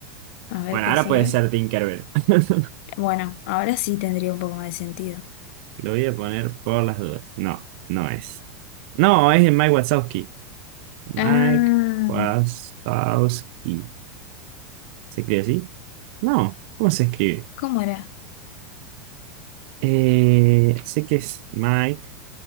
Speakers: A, on the left; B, on the right.
A: A ver
B: Bueno,
A: qué
B: ahora
A: sigue.
B: puede ser Tinkerbell. <laughs>
A: Bueno, ahora sí tendría un poco más de sentido.
B: Lo voy a poner por las dudas. No, no es. No, es de Mike Wazowski. Mike
A: Ah,
B: Wazowski. ¿Se escribe así? No, ¿cómo se escribe?
A: ¿cómo era?
B: Eh, sé que es Mike.